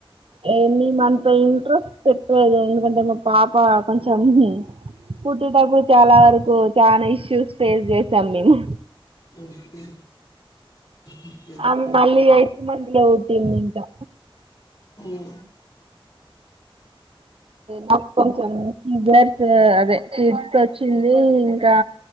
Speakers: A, on the right; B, on the left.
A: ఏ మిమన్త ఇంట్రెస్ట్ పెట్ట్లేదు ఎందుకంటే మా పాప కొంచం పుట్టేటపుడ్ చాలా వరకు చానా ఇష్యూస్ ఫేస్ చేసాం మేము
B: ఓకే ఓకే ఓకే
A: అమే మళ్ళీ యైత్ మంత్లో పుట్టిందింకా
B: అయ్యో
A: నాక్ కొంచం సీజర్స్ అదే <inaudible> వచ్చింది ఇంకా